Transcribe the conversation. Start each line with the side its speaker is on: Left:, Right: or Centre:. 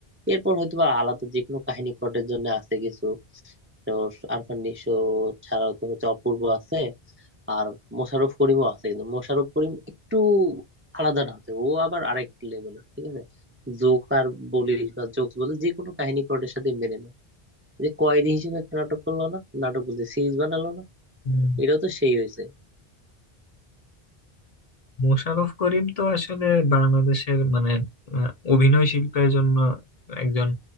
Right: এরপর হয়তো বা আলাদা যে কোনো কাহিনী প্লটের জন্য আছে কিছু তো আরফান নিশো ছাড়াও তো হচ্ছে অপূর্ব আছে আর মোশাররফ করিমও আছে কিন্তু মোশাররফ করিম একটু আলাদা না আছে ও আবার আরেক লেভেলের ঠিক আছে জোক আর বলিস বা জোকস বলিস যে কোনো কাহিনী প্লটের সাথে মেনে নেয় যে কয়েদি হিসেবে একটা নাটক করলো না নাটক বলতে সিরিজ বানালো না
Left: হুম।
Right: এটাও তো সেই হয়েছে
Left: মোশাররফ করিম তো আসলে বাংলাদেশের মানে আহ, অভিনয় শিল্পের জন্য একজন